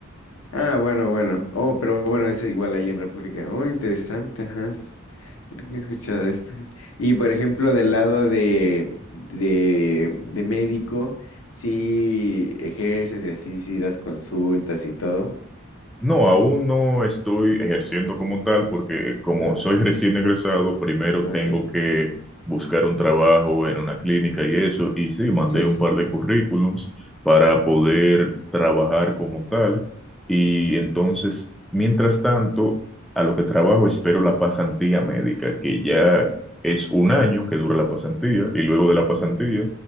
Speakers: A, on the left; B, in the centre.
A: Ah, bueno, bueno. Oh, pero bueno, es igual ahí en República. Oh, interesante, ajá. Creo que he escuchado esto. Y por ejemplo, del lado de, de, de médico, sí ejerces y así, sí das consultas y todo.
B: No, aún no estoy ejerciendo como tal porque como
A: Ajá.
B: soy recién egresado, primero
A: Ok.
B: tengo que buscar un trabajo en una clínica y eso. Y sí, mandé
A: Sí,
B: un
A: sí,
B: par
A: sí.
B: de currículums para poder trabajar como tal. Y entonces, mientras tanto, a lo que trabajo espero la pasantía médica, que ya es un año que dura la pasantía. Y luego de la pasantía,